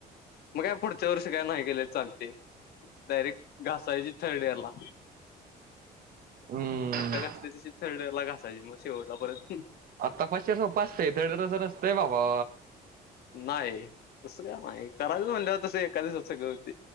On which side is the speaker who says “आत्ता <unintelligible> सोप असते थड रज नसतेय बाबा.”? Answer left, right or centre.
Right